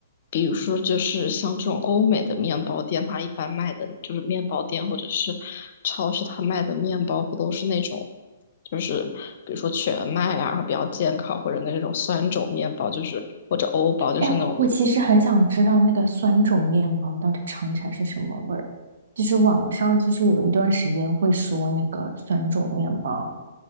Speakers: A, on the left; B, on the right.
A: 比如说就是像这种欧美的面包店，它一般卖的就是面包店或者是超市，它卖的面包不都是那种就是比如说全麦啊，然后比较健康，或者那种酸种面包，就是或者欧包，就是那种
B: 哎，我其实很想知道那个酸种面包到底尝起来是什么味儿。就是网上就是有一段时间会说那个酸种面包。